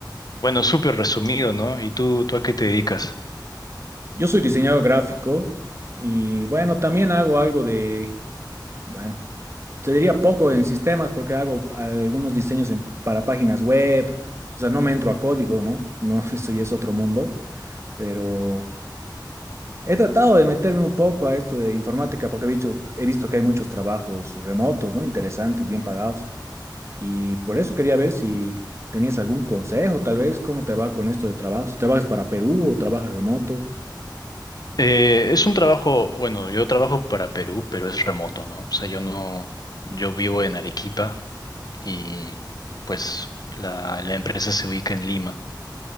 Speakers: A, on the left; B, on the right.
A: bueno, súper resumido, ¿no? ¿Y tú, tú a qué te dedicas?
B: Yo soy diseñador gráfico y bueno, también hago algo de, bueno, te diría poco en sistemas porque hago algunos diseños en- para páginas web. O sea, no me entro a código, ¿no? No, <laughs> eso ya es otro mundo, pero... He tratado de meterme un poco a esto de informática porque he visto, he visto que hay muchos trabajos remotos, ¿no? Interesantes, bien pagados. Y por eso quería ver si tenías algún consejo, tal vez, cómo te va con esto de trabajo. Si trabajas para Perú o trabajas remoto.
A: Eh, es un trabajo, bueno, yo trabajo para Perú, pero es remoto, ¿no? O sea, yo no, yo vivo en Arequipa y pues la, la empresa se ubica en Lima.